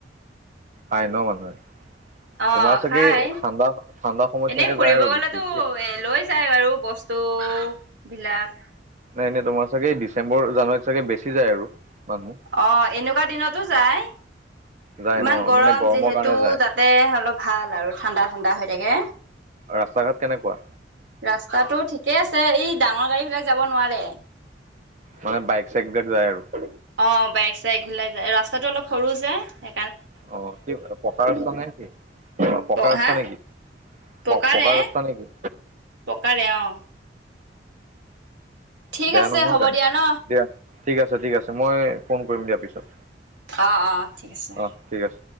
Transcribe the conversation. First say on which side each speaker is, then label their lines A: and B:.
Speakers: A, on the right (about 45°); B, on the right (about 80°).
A: খাই ন মানুহে?
B: অ
A: তোমাৰ চাগে
B: খাই
A: ঠাণ্ডা ঠাণ্ডা সময়ত
B: এনেই
A: চাগে
B: ফুৰিব
A: যায় আৰু
B: গলেতো
A: বেছি এই
B: এ লৈ যায়, বাৰু বস্তুবিলাক।
A: নাই এনেই তোমাৰ চাগে এই ডিচেম্বৰ জানুৱাৰীত চাগে বেছি যায় আৰু মানুহ।
B: অ', এনেকুৱা দিনতো যায়।
A: যায়
B: ইমান
A: ন
B: গৰম
A: মানে গৰমৰ
B: যিহেতু
A: কাৰণে যায়
B: তাত তে অলপ ভাল আৰু ঠাণ্ডা ঠাণ্ডা হৈ থাকে।
A: ৰাস্তা ঘাত কেনেকুৱা?
B: ৰাস্তাটো ঠিকে আছে। এই ডাঙৰ গাড়ীবিলাক যাব নোৱাৰে।
A: মানে বাইক চাইকবিলাক যায় আৰু।
B: অ', বাইক চাইকবিলাক যায়। ৰাস্তাটো অলপ সৰু যে সে
A: অ', কি পকা ৰাস্তা নে কি অ', পকা
B: প
A: ৰাস্তা
B: হা
A: নেকি?
B: পকাৰে
A: প-পকা ৰাস্তা নেকি?
B: পকাৰে অ। ঠিক
A: বেয়া
B: আছে
A: নহয়
B: হ'ব
A: তেনে
B: দিয়া ন
A: দিয়া ঠিক আছে, ঠিক আছে। মই ফোন কৰিম দিয়া পিছত।
B: অ', অ ঠিক আছে।
A: অ', ঠিক আছে।